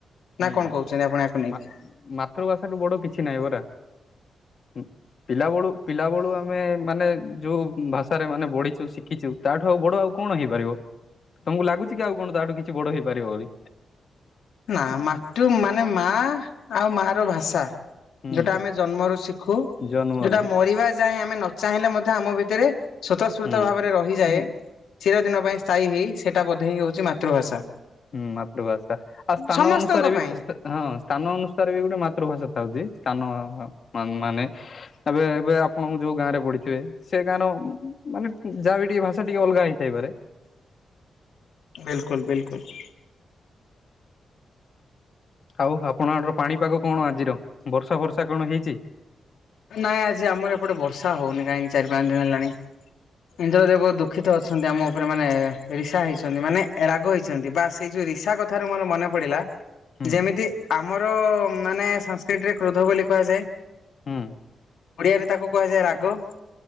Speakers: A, on the left (about 45°); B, on the left (about 85°).
A: ହୁଁ
B: ନା କଣ କହୁଚନ୍ତି ଆପଣ ୟାକୁ ନେଇକି?
A: ମା ମାତୃଭାଷାଠୁ ବଡ କିଛି ନାଇଁ ପରା। ହୁଁ ପିଲାବଳୁ ପିଲାବଳୁ ଆମେ ମାନେ ଯୋଉ ଉଁ ଭାଷ୍ ଷା ରେ ମାନେ ବଢିଚୁ ଶିଖିଚୁ ତା ଠୁ ଆଉ ବଡ ଆଉ କଣ ହେଇପାରିବ? ତମୁକୁ ଲାଗୁଚି କି ଆଉ କଣ ତା ଠୁ କିଛି ବଡ ହେଇପାରିବ ବୋଲି?
B: ନା ମାତୃ ମାନେ ମାଆ ଆଉ ମାଆର ଭାଷା
A: ହୁଁ
B: ଯୋଉଟା ଆମେ ଜନ୍ମରୁ ଶିଖୁ
A: ଜନ୍ମରୁ
B: ଯୋଉଟା ମରିବା ଯାଏ ଆମେ ନ ଚାହିଁଲେ ମଧ୍ୟ ଆମ ଭିତରେ ସ୍ଵତସ୍ପୁର୍ତ
A: ହୁଁ।
B: ଭାବେରେ ରହିଯାଏ
A: ହୁଁ,
B: ଚିରଦିନ ପାଇଁ ସ୍ଥାୟୀ ହେଇ ସେଇଟା ବୋଧେ ହିଁ ହଉଚି ମାତୃଭାଷା।
A: ହୁଁ ମାତୃଭାଷା ଆଉ ସ୍ଥାନ
B: ସମସ୍ତଙ୍କ
A: ଅନୁସାରେ ବି
B: ପାଇଁ
A: ସ୍ତ ହଁ ସ୍ଥାନ ଅନୁସାରେ ବି ଗୋଟେ ମାତୃଭାଷା ହଉଚି ସ୍ଥାନ ଅ ମନ୍ ମାନେ ଏବେ ଏବେ ଆପଣ ଯୋଉ ଗାଁ ରେ ବଢିଥିବେ ସେ ଗାଁ ର ଉ ମାନେ ଯାହା ବି ଟିକେ ଭାଷା ଟିକେ ଅଲଗା ହେଇ ଥାଇ ପାରେ।
B: ବିଲକୁଲ ବିଲକୁଲ୍।
A: ଆଉ ଆପଣଙ୍କ ଆଡର ପାଣିପାଗ କଣ ଆଜିର ବର୍ଷା ଫର୍ଷା କଣ ହେଇଚି?
B: ନାଇଁ ଆଜି ଆମର ଏପଟେ ବର୍ଷା ହଉନି କାହିଁକି ଚାରି ପାଞ୍ଚ ଦିନି ହେଲାଣି। ଇନ୍ଦ୍ର ଦେବ ବହୁତ ଦୁଃଖିତ ଅଛନ୍ତି ଆମ ଉପରେ ମାନେ ରିସା ହେଇଚନ୍ତି ମାନେ ରାଗ ହେଇଛନ୍ତି ବା ସେଇ ଯୋଉ ରିସା କଥାରୁ ମୋର ମନେ ପଡିଲା।
A: ହୁଁ
B: ଯେମିତି ଆମର ମାନେ ସାଂସ୍କ୍ରିଟ ରେ କ୍ରୋଧ ବୋଲି କୁହାଯାଏ।
A: ହୁଁ
B: ଓଡ଼ିଆ ରେ ତାକୁ କୁହାଯାଏ ରାଗ।